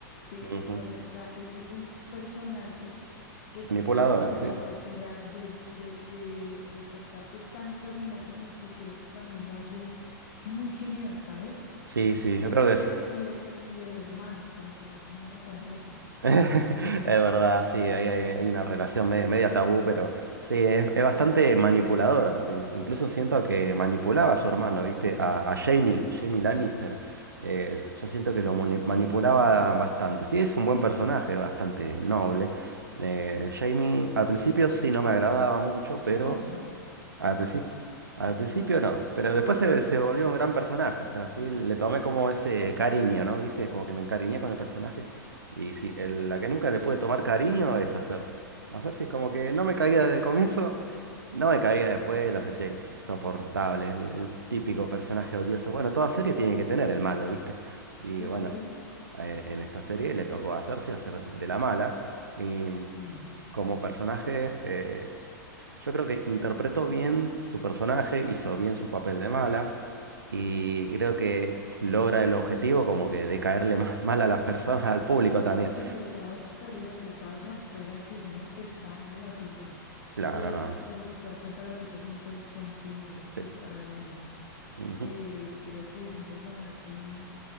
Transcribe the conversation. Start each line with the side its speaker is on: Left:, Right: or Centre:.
Left: Eh,
Right: Ujú.
Left: no sé, o sea, e- es, un personaje que tiene
Right: Manipuladora,
Left: una
Right: sí.
Left: capacidad de, de de despertarte tantas emociones que creo que también la hace muy genial, ¿sabes?
Right: Sí, sí,
Left: E-
Right: yo creo que es.
Left: ella
Right: <laughs>
Left: y el, y el hermano con el que se comían a cada rato.
Right: Es verdad, sí, ahí hay, hay una relación media, media tabú, pero sí, es, es bastante manipuladora, porque incluso siento que manipulaba a su hermano, ¿viste? A, a Jaime, Jaime Lannister. Eh, yo siento que lo
Left: Pobrecito.
Right: mani- manipulaba bastante. Sí, es un buen personaje, bastante noble. Eh, Jaime al principio sí no me agradaba mucho, pero...
Left: Uy, no.
Right: Al
Left: Pesado.
Right: principio, al principio no, pero después se, se volvió un gran personaje, o sea, sí, le tomé como ese cariño, ¿no? ¿Viste? Como que me encariñé con el personaje. Y sí, el- la que nunca le pude tomar cariño es a Cersei. A Cersei es como que no me caía desde el comienzo, no me caía después, la sentía insoportable, el, el típico personaje odioso. Bueno, toda serie tiene que tener el malo, ¿viste? Y
Left: ¿De
Right: bueno,
Left: acuerdo?
Right: en, en esta serie le tocó a Cersei hacer de la mala. Y
Left: Mm.
Right: como personaje... eh, yo creo que interpretó bien su personaje, hizo bien su papel de mala y creo que logra el objetivo como que de caerle más <laughs> mal a las personas, al público también.
Left: Sí, que le cojas pereza, que le cojas jartera, que es una pesada la tipa.
Right: Claro,
Left: Pero,
Right: no. no.
Left: pero si te das cuenta, la tipa es inteligente, es astuta,
Right: Sí.
Left: es,
Right: Ujú.
Left: eh, creo que es un personaje